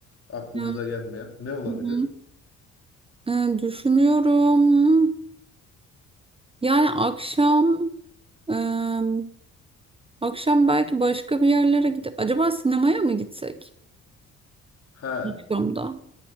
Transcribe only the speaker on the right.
Hı
hı. Ee, düşünüyorum. Yani akşam em, akşam belki başka bir yerlere gidip acaba sinemaya mı gitsek?
Akşamda.